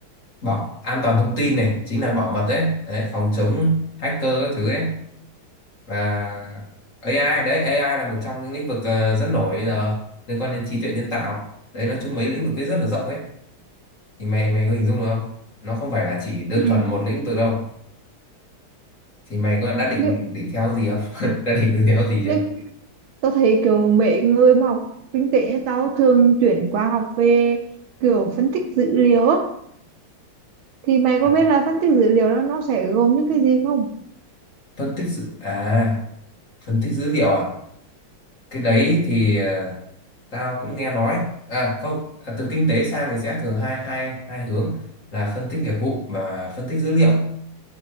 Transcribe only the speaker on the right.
ừ.
nhưng
nhưng tao thấy kiểu mấy người mà học kinh tế như tao thường chuyển qua học về kiểu phân tích dữ liệu á thì mày có
biết là phân tích dữ liệu đó nó sẽ gồm những cái gì không